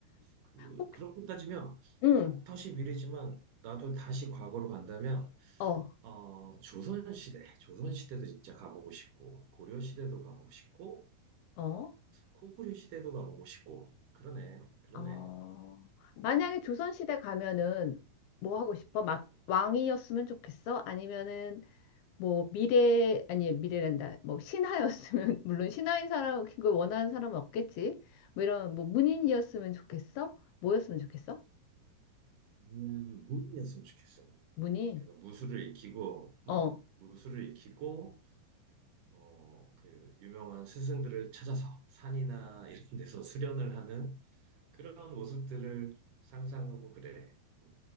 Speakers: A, on the right (about 70°); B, on the left (about 75°).
A: 그,
B: 혹-
A: 그렇게 따지면
B: 응.
A: 다, 다시 미래지만 나도 다시 과거로 간다면
B: 어,
A: 어, 조선시대, 조선시대도 진짜 가보고 싶고 고려시대도 가보고 싶고
B: 어,
A: 코구리 시대도 가보고 싶고 그러네, 그러네.
B: 어. 만약에 조선시대 가면은 뭐 하고 싶어?
A: 음,
B: 막 왕이었으면 좋겠어? 아니면은 뭐 미래 아니 미래란다 뭐 신하였으면 <laughs> 물론 신하인 사람 그걸 원하는 사람은 없겠지 뭐 이런 뭐 문인이었으면 좋겠어 뭐였으면 좋겠어
A: 음, 무인이었으면 좋겠어. 무인.
B: 문인
A: 그래서 무술을 익히고, 음,
B: 어어어
A: 무술을 익히고, 어, 그 유명한 스승들을 찾아서 산이나 이런 데서 수련을 하는 그런 모습들을 상상하고 그래. 음.